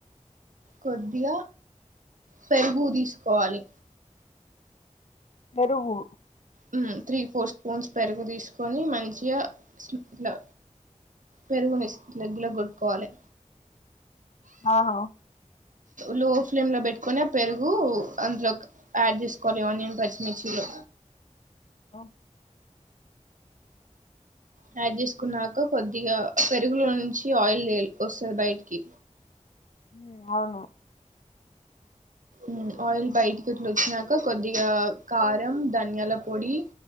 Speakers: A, on the right; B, on the left.
A: కొద్దిగ పెరుగు తీసుకోవాలి
B: పెరుగు
A: హ్మ్ త్రీ ఫోర్ స్పూన్స్ పెరుగు తీసుకొని మంచిగ ఇట్ల పెరుగు వేసు మిక్స్ లెగ్గులో కొట్టుకోవాలే
B: ఆ హ
A: లో ఫ్లేమ్ లో పెట్టుకొని ఆ పెరుగు అందులోకి యాడ్ చేసుకోలి ఆనియన్ పచ్చిమిర్చిలో
B: ఆ
A: యాడ్ చేసుకున్నాక కొద్దిగా పెరుగులో నుంచి ఆయిల్ లేల్ వస్తుంది బయటికి
B: హ్మ్ అవును
A: మ్ ఆయిల్ బయటికిట్లా వచ్చినాక కొద్దిగా కారం ధనియాలపొడి